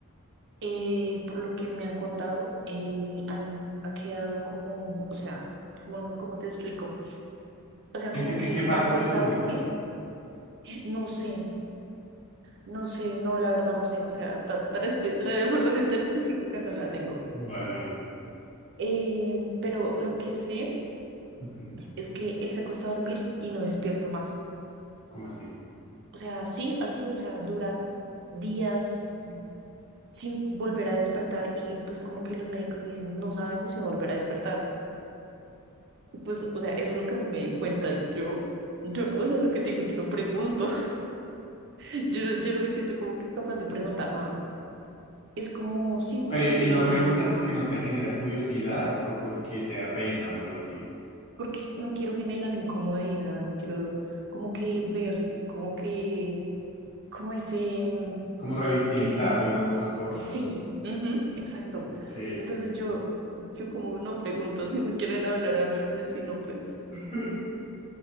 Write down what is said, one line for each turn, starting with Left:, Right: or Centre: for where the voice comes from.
Right: eh, por lo que me han contado, él han, ha quedado como, o sea, como, como te explico? O sea, como
Left: ¿En qué,
Right: que
Left: en qué parte
Right: se acuesta
Left: es el tumor?
Right: a dormir. eh, No sé, no sé, no, la verdad no sé. O sea, ta- tan espe- la información tan específica no la tengo.
Left: Vale, vale.
Right: Eh, pero lo que sé
Left: Ujú,
Right: es que él se acuesta a dormir y no despierta más.
Left: ¿Cómo así?
Right: O sea, sí, así, o sea, dura días. sin volver a despertar y pues como que los médicos dicen, no sabemos si va a volver a despertar. Y, Pues, o sea, eso es lo que me di cuenta yo. Yo, o sea, lo que te digo, yo no pregunto, <laughs> yo no, yo no me siento como que capaz de preguntar nada. Es como, sí, como
Left: Pero, ¿y
Right: que,
Left: no preguntas porque no te genera curiosidad o porque te da pena o algo así?
Right: porque no quiero generar incomodidad, no quiero como que ver, como que, como ese, mm,
Left: Como revictimizar
Right: eh,
Left: de una u otra forma.
Right: sí, ujú, exacto.
Left: Ok.
Right: Entonces yo, yo como no pregunto, si me quieren hablar, háblenme, si no, pues.
Left: <laughs>